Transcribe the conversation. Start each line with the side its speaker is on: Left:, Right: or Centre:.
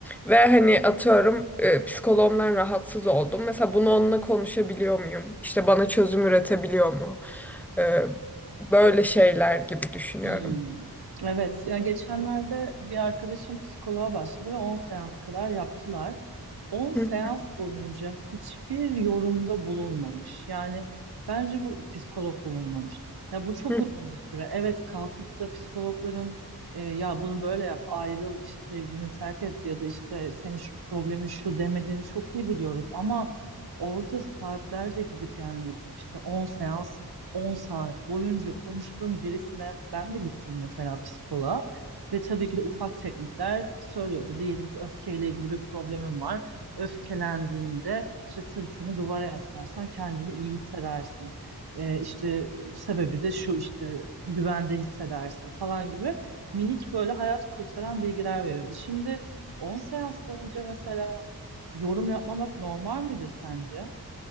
Centre: Ve hani atıyorum e, psikoloğumdan rahatsız oldum. Mesela bunu onunla konuşabiliyor muyum? İşte bana çözüm üretebiliyor mu? E, böyle şeyler gibi düşünüyorum.
Right: Hmm. Evet, ya geçenlerde bir arkadaşım psikoloğa başladı ve 10 seans kadar yaptılar. On seans
Centre: Hı
Right: boyunca hiçbir yorumda bulunmamış. Yani bence bu psikolog bulunmamış. Ya bu çok
Centre: hı.
Right: uzun bir süre. Evet kalkıp da psikologların e, ya bunu böyle yap, ayrıl, işte sevgilini terk et ya da işte senin şu problemin şu demediğini çok iyi biliyoruz. Ama orada saatlerce gidip yani işte on seans 10 saat boyunca konuştuğum birisine ben de gittim mesela psikoloğa ve tabii ki de ufak teknikler söylüyordu. Diyelim ki öfkeyle ilgili bir problemin var. Öfkelendiğinde işte sırtını duvara yaslarsan kendini iyi hissedersin. Ee, işte sebebi de şu işte güvende hissedersin falan gibi minik böyle hayat kurtaran bilgiler veriyordu. Şimdi 10 seans boyunca mesela yorum yapmamak normal midir sence?